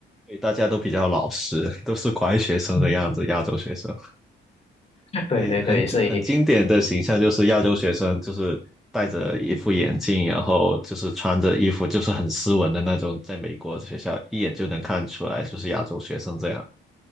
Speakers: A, in the centre; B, on the left.
A: 所以大家都比较老实，都是乖学生的样子，
B: 嗯，
A: 亚洲学生。
B: 对对对，
A: 对，很经很经典的形象就是亚洲学生，
B: 所以
A: 就是戴着一副眼镜，然后就是穿着衣服，就是很斯文的那种，在美国学校一眼就能看出来就是亚洲学生这样。